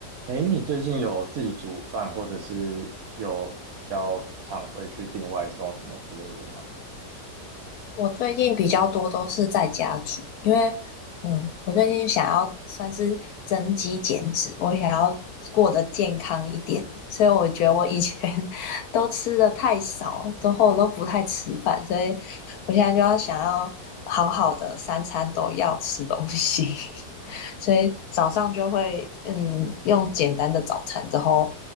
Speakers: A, on the right; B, on the left.
A: 哎，你最近有自己煮饭，或者是有比较常会去订外送什么之类的吗？
B: 我最近比较多都是在家煮，因为嗯，我最近想要算是增肌减脂，我想要过得健康一点，所以我觉得我以前 <laughs> 都吃的太少，之后都不太吃饭，所以我现在就要想要好好的三餐都要吃东西，<laughs> 所以早上就会嗯用简单的早餐，之后